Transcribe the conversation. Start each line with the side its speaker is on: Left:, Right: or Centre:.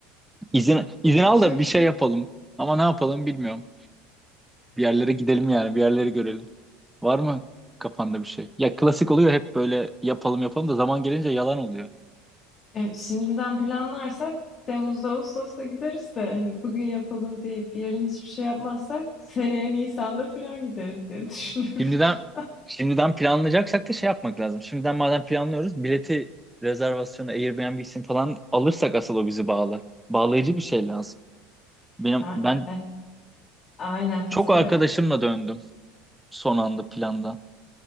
Centre: İzin, izin al
Left: Çok
Centre: da bir şey
Left: iyi.
Centre: yapalım. Ama ne yapalım bilmiyorum. Bir yerlere gidelim yani, bir yerleri görelim. Var mı kafanda bir şey? Ya klasik oluyor hep böyle yapalım yapalım da zaman gelince yalan oluyor.
Left: E, şimdiden planlarsak Temmuz'da Ağustos'ta gideriz de hani bugün yapalım deyip yarın hiçbir şey yapmazsak seneye Nisan'da falan gideriz diye düşünüyorum.
Centre: Şimdiden
Left: <laughs>
Centre: şimdiden planlayacaksak da şey yapmak lazım. Şimdiden madem planlıyoruz, bileti, rezervasyonu, Airbnb'sini falan alırsak asıl o bizi bağlar. Bağlayıcı bir şey lazım. Benim
Left: Ha,
Centre: ben
Left: e, Aynen katılıyorum.
Centre: çok arkadaşımla döndüm son anda plandan.